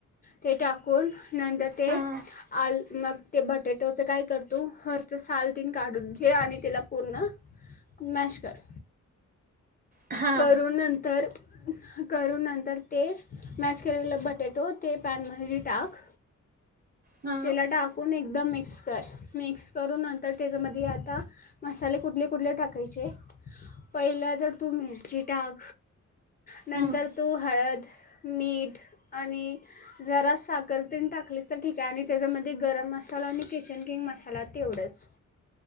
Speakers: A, on the left (about 30°); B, on the right (about 30°).
A: ते टाकून नंद ते
B: हा हा
A: आल मग ते बटेटोचं काय करतो हरच सालतीन काढून हे आणि तिला पूर्ण मॅश कर
B: हा
A: करून नंतर ह करून नंतर तेच मॅश के बटेटो तेन मली टाक
B: हा
A: त्याला टाकून एक एकदम मिक्स कर मिक्स करू नंतर त्याच्यामध्ये आता मसाले कुठले कुठले टाकायचे पहिला जर तू मिळ िटाग नंतर
B: हा
A: तू हळद मीठ आणि जरा साखरतेन टाकलीस तर ठीक आहे आणि त्याच्यामध्ये गरम मसाला आणि किचन किंग मसाला तेवढाच